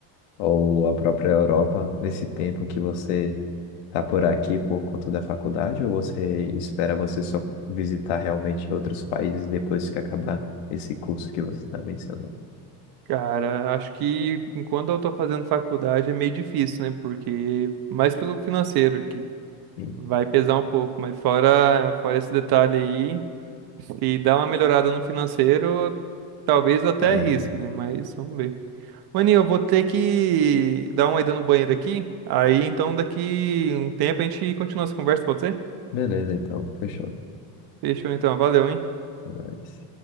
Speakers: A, on the left (about 75°); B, on the right (about 50°).
A: ou a própria Europa nesse tempo que você está por aqui por conta da faculdade, ou você espera você só visitar realmente outros países depois que acabar esse curso que você está mencionando?
B: Cara, acho que enquanto eu tô fazendo faculdade é meio difícil, né? Porque mais pelo financeiro que
A: E
B: vai pesar um pouco, mas fora fora esse detalhe aí, se dá uma melhorada no financeiro, talvez eu até
A: tá aí,
B: arrisque,
A: né?
B: né? Mas vamos ver. Maninho, eu vou ter que dar uma ida no banheiro aqui. Aí então daqui um tempo a gente continua essa conversa, pode ser?
A: Beleza, então, fechou.
B: Fechou então, valeu, hein?
A: Até mais.